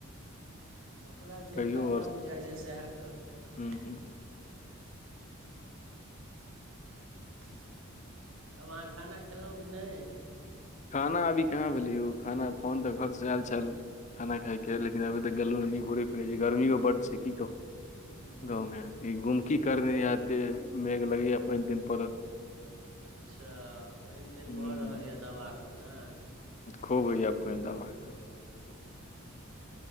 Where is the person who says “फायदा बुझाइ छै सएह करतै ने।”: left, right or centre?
Right